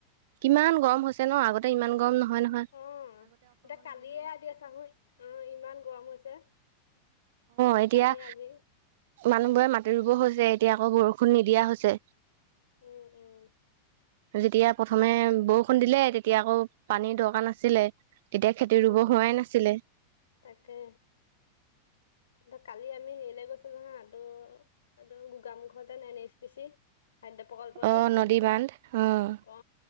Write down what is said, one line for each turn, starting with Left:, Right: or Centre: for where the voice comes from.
Right: কিমান গৰম হৈছে ন'আগতে ইমান গৰম নহয় নহয় ন'।
Left: অ' এতিয়া কালিয়ে আদি আছা হুই অ' ইমান গৰম হৈছে।
Right: অ'এতিয়া
Left: কালি আজি
Right: মানুহবোৰে মাটি ৰুব হৈছে এতিয়া আকৌ বৰষুণ নিদিয়া হৈছে।
Left: উম উম
Right: যেতিয়া প্ৰথমে
Left: কাল
Right: বৰষুণ দিলে তেতিয়া আকৌ পানী দৰকাৰ নাছিলে তেতিয়া খেতি
Left: অ
Right: ৰুব হোৱাই নাছিলে
Left: তাকে। দে কালি আমি হেৰিলে গৈছিলোঁ নহয় এইটো <unintelligible> এইটো গোগামুখৰ যেন এন এছ পিচি। খাদ্য প্ৰকল্পটো
Right: অঁ নদী বান্ধ অঁ
Left: অ।